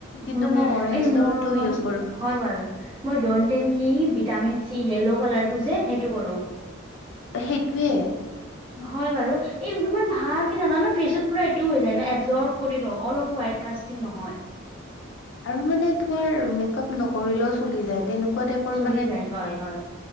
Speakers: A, on the right; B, on the left.
A: হুম,
B: কিন্তু
A: হুম,
B: মই অৰেঞ্জৰটো
A: এই মই
B: ইউজ কৰো
A: হয় বাৰু মই ডত এন কি ভিটামিন চি য়েল্ল' কালাৰটো যে সেইটো কৰো
B: এ সেইটোৱে
A: হয় বাৰু এই ইমান ভালকে জানা না ফ্ৰিচত পুৰা এইটো হৈ যায় ন এবজ্ব কৰি লও অলপো ৱাইড কাষ্ট ঠিক নহয়
B: আৰু মানে তোমাৰ মেকআপ নকৰিলেও চলি যায় তেনেকুৱা টাইপৰ
A: চলি
B: মানে
A: যায় হয়, হয়,